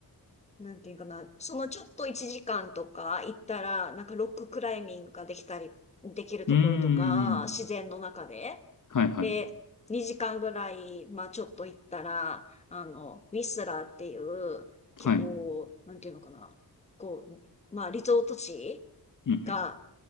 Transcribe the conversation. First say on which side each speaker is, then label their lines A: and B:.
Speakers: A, on the left; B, on the left.
A: なんていうかな、そのちょっと1時間とか行ったら、なんかロッククライミングができたり、できるところとか、
B: うーん。
A: 自然の中で。
B: はいはい。
A: で、2時間ぐらい、まあちょっと行ったら、あの、ウィスラーっていう、結構、
B: はい。
A: なんていうのかな、こう、まあリゾート地
B: うん
A: が、